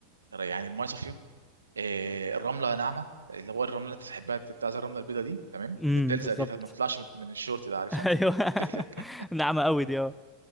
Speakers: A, on the right (about 75°); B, in the centre.
A: يعني المايه صافيه آه، الرمله ناعمه اللي هو الرمله اللي انت تحبها بتاع زي الرمله البيضاء دي تمام
B: امم
A: اللي بتلزق
B: بالظبط
A: دي طب ما بتطلعش من من الشورت ده عارفها انت
B: ايوه
A: دي
B: <laughs>
A: <laughs>
B: ناعمة قوي دي اه